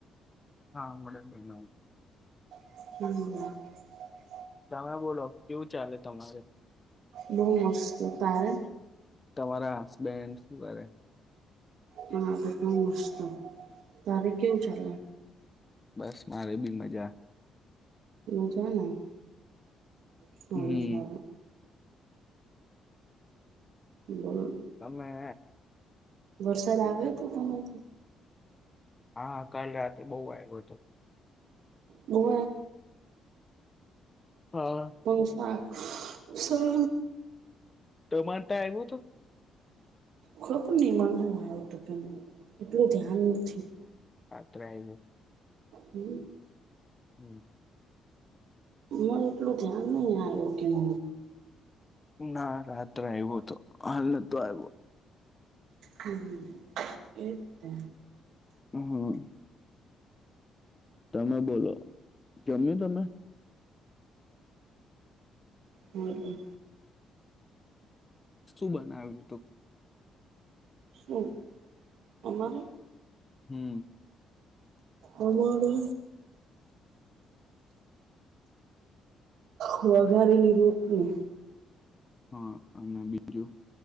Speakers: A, on the left; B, on the right.
A: હા મળડ બે ન.
B: હમ <unintelligible>
A: તમે બોલો કેવું ચાલે તમારે. <inaudible>
B: બ મસ્ કરતા.
A: તમારા હસબેન્ડ શું કરે.
B: હા બધમ મસ્ત તારે કેવું ચાલે.
A: બસ મારે બી મજા.
B: મજવાના. સારું
A: હમ
B: સાર. બ <unintelligible>
A: સમમે.
B: વરસાદ આવ્યો હતો કરથી.
A: હા <unintelligible> કાલ રાતે બહુ આવ્યો હતો.
B: બહ
A: હા
B: હતા. હછ સર
A: તમારે ત્યાં આવ્યો હતો
B: ખબ નિ મને. ટ કે <unintelligible> એટલું ધ્યાન નથી.
A: ત્રેમ <unintelligible>
B: હમ. <unintelligible>
A: હમ. <unintelligible>
B: હ એટલું ધ્યાન નહી આવ્યું કે હ.
A: ના રાત્રે આવ્યો તો હાલ નતો આવ્યો.
B: હમ એતો.
A: હમ. તમે બોલો. જમ્યું તમે?
B: હમ.
A: શું બનાવ્યું હતું?
B: શું? અમારે
A: હમ.
B: આમાને વગારલી રોટલી
A: હા અને બીજું?